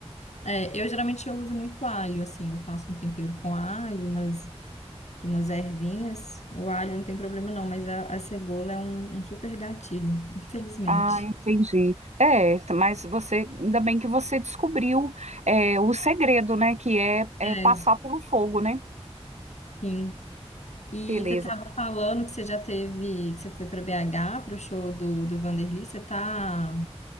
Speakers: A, on the left (about 80°); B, on the right (about 80°).
A: É, eu geralmente eu uso muito alho, assim, eu faço um tempero com alho, umas, umas ervinhas. O alho não tem problema não, mas a, a cebola é um, um super gatilho, infelizmente.
B: Ah, entendi. É, mas você, ainda bem que você descobriu é, o segredo, né? Que é, é
A: É,
B: passar pelo fogo, né?
A: sim. E
B: Beleza.
A: você estava falando que você já teve, que você foi para BH para o show do, do Vanderlei. Você tá,